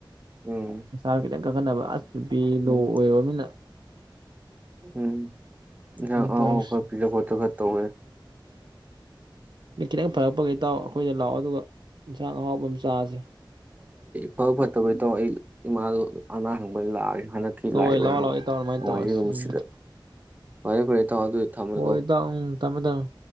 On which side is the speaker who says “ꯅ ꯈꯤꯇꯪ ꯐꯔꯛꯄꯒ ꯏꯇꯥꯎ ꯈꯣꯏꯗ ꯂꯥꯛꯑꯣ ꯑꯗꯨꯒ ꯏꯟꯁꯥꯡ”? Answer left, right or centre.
Right